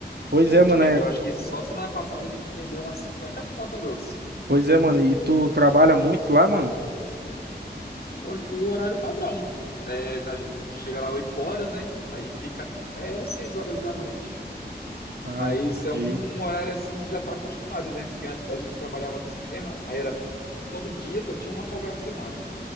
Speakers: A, on the right; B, on the left.
A: pois
B: A
A: é,
B: gente
A: mano.
B: vendeu,
A: é-
B: acho que só semana passada a gente vendeu umas 50 flautas doce.
A: Pois é, mano. E tu trabalha muito lá, mano?
B: O, o horário padrão. É, da gente, chega lá 8 horas, né? Aí fica até 6 horas da noite.
A: Ah,
B: Mas
A: entendi.
B: é um horário assim que já tá acostumado, né? Porque antes a gente trabalhava no cinema, aí era todo dia, só tinha uma folga na semana.